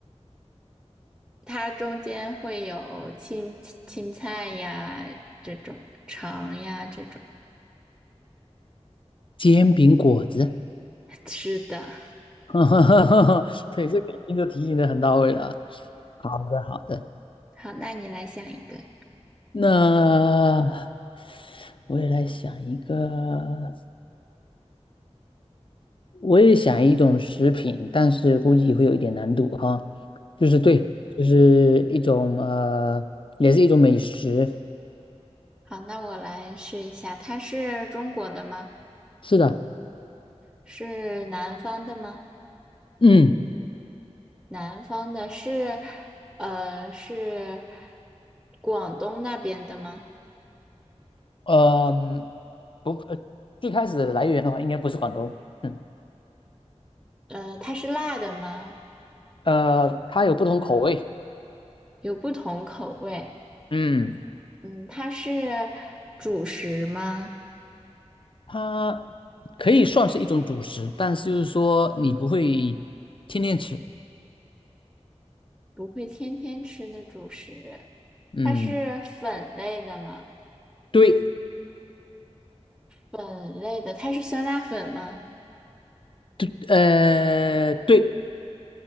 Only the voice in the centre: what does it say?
它中间会有青青菜呀这种，肠呀这种。
<laughs> 是的，
好，那你来想一个。
好，那我来试一下，它是中国的吗？
是南方的吗？
南方的是，呃，是广东那边的吗？
呃，它是辣的吗？
有不同口味。
嗯，它是主食吗？
不会天天吃的主食。
它是粉类的吗？
粉类的，它是酸辣粉吗？